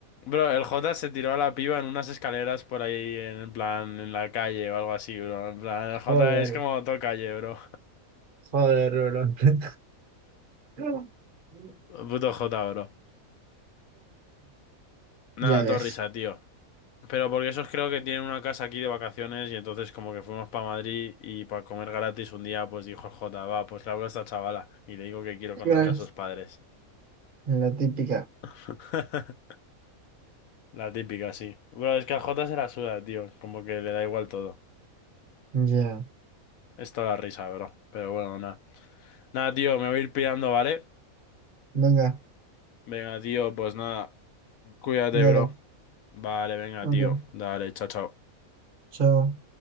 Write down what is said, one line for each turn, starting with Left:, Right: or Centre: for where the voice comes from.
Left: Bro, el Jota se tiró a la piba en unas escaleras por ahí, en plan, en la calle o algo así, bro. En plan, el Jota
Right: Joder.
Left: es como todo calle, bro.
Right: Joder, bro. <laughs>
Left: Puto Jota, bro. Nada,
Right: Ya ves.
Left: todo risa, tío. Pero porque esos creo que tienen una casa aquí de vacaciones y entonces como que fuimos para Madrid y para comer gratis un día, pues dijo el Jota, va, pues le hablo a esta chavala y le digo que quiero conocer
Right: Ya.
Left: a sus padres.
Right: La típica.
Left: <laughs> La típica, sí. Bro, es que al Jota se la suda, tío. Como que le da igual todo.
Right: Ya.
Left: Esto la risa, bro. Pero bueno, nada. Nada, tío, me voy a ir pirando, ¿vale?
Right: Venga,
Left: Venga, tío, pues nada. Cuídate,
Right: dale.
Left: bro. Vale, venga,
Right: Ok.
Left: tío. Dale, chao, chao.
Right: Chao.